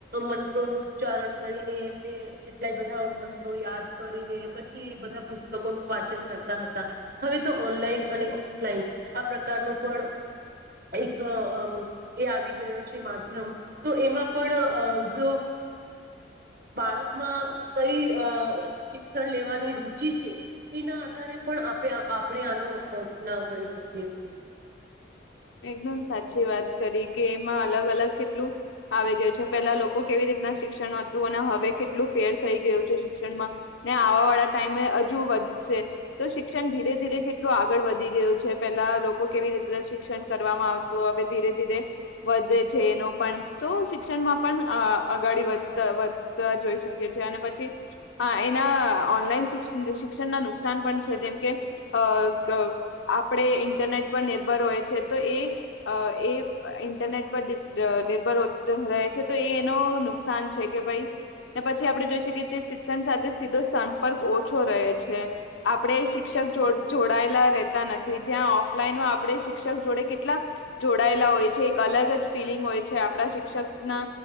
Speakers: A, on the right; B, on the left.
A: મંત્રોનું ઉચ્ચારણ કરીને એમને કેટલાય બધા મંત્રો યાદ કરીને પછી બધા પુસ્તકોનું વાચન કરતા હતા હવે તો ઓનલાઈન અને ઓફલાઈન આ પ્રકારનો પણ એક અમ એ આવી ગયો છે માધ્યમ તો એમાં પણ અ જો બાળકમાં કઈ અ શિક્ષણ લેવાની રુચિ છે. એના આધારે પણ આપણે આપણે આનો ચુનાવ કરી શકીએ છીએ.
B: એકદમ સાચી વાત કરી કે એમાં અલગ અલગ કેટલું આવી ગયું છે પેલા લોકો કેવી રીતના શિક્ષણ હતું અને હવે કેટલું ફેર થઈ ગયું છે શિક્ષણમાં ને આવા વાળા ટાઈમે હજુ વધશે તો શિક્ષણ ધીરે ધીરે કેટલું આગળ વધી ગયું છે પેલા લોકો કેવી રીતના શિક્ષણ કરવામાં આવતું હવે ધીરે ધીરે વધે છે એનો પણ તો શિક્ષણમાં પણ અગાડી વધતા વધતા જોઈ શકીએ છીએ અને પછી એના ઓનલાઈન શિક્ષણના નુકસાન પણ છે જેમકે અ અ આપણેે ઇન્ટરનેટ પર નિર્ભર હોય છે તો એ અ એ ઈન્ટરનેટ પર નિર્ભર રહે છે તો એનો નુકસાન છે કે ભાઈ ને પછી આપડે જોઈ શકીએ શિક્ષણ સાથે સીધો સંપર્ક ઓછો રહે છે આપણે શિક્ષક જોડાયેલા રહેતા નથી જ્યાં ઓફલાઈન આપણે શિક્ષક જોડે કેટલા જોડાયેલા હોય છે એક અલગ જ ફિલિંગ હોય છે આપડા શિક્ષક ના